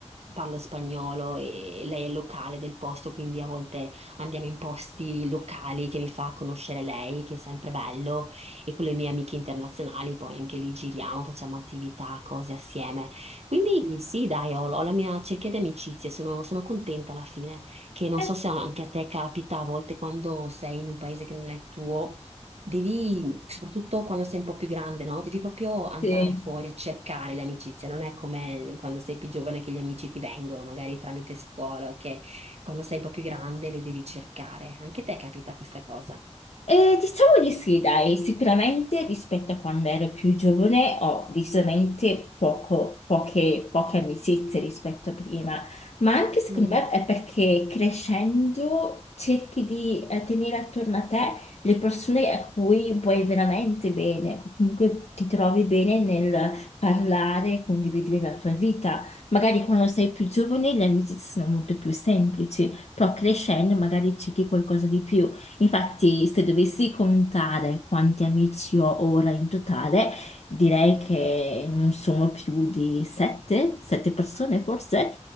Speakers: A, on the right (about 65°); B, on the left (about 65°).
A: parlo spagnolo e lei è locale del posto, quindi a volte andiamo in posti locali che mi fa conoscere lei, che è sempre bello, e con le mie amiche internazionali poi anche lì giriamo, facciamo attività, cose assieme. Quindi sì, dai, ho, ho la mia cerchia di amicizie, sono sono contenta alla fine che non
B: eh,
A: so se anche a te capita a volte quando sei in un paese che non è tuo, devi, soprattutto quando sei un po' più grande, no? Devi proprio andare
B: sì.
A: fuori a cercare le amicizie, non è come quando sei più giovane che gli amici ti vengono, magari tramite scuola, che quando sei un po' più grande le devi cercare. Anche a te capita questa cosa.
B: E diciamo di sì, dai, sicuramente rispetto a quando ero più giovane ho decisamente poco- poche, poche amicizie rispetto a prima, ma anche secondo
A: Mm.
B: me è perché crescendo cerchi di eh, tenere attorno a te le persone a cui vuoi veramente bene, comunque ti trovi bene nel parlare, condividere la tua vita. Magari quando sei più giovane le amicizie sono molto più semplici, però crescendo magari cerchi qualcosa di più. Infatti, se dovessi contare quanti amici ho ora in totale, direi che non sono più di sette, sette persone forse,